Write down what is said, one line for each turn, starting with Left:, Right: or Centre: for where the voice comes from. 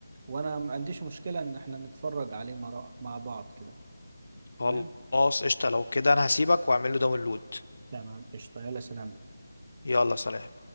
Right: وانا ما عنديش مشكلة ان احنا نتفرج عليه مرا- مع بعض كده تمام
Left: خلاص قشطة لو كده انا هسيبك واعمل له داونلود
Right: تمام قشطة يلا سلام
Left: يلا سلام